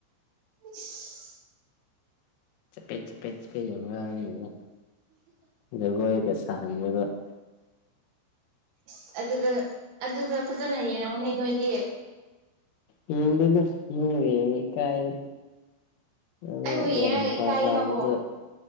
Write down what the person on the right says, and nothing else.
ꯏꯁ
ꯏꯁ ꯑꯗꯨꯗ ꯑꯗꯨꯗ ꯐꯖꯅ ꯌꯦꯡꯉꯣꯅꯦ ꯅꯣꯏꯗꯤ
ꯑꯩꯕꯨ ꯌꯦꯡꯔꯒ
ꯏꯀꯥꯏ
ꯍꯥꯏꯕꯣ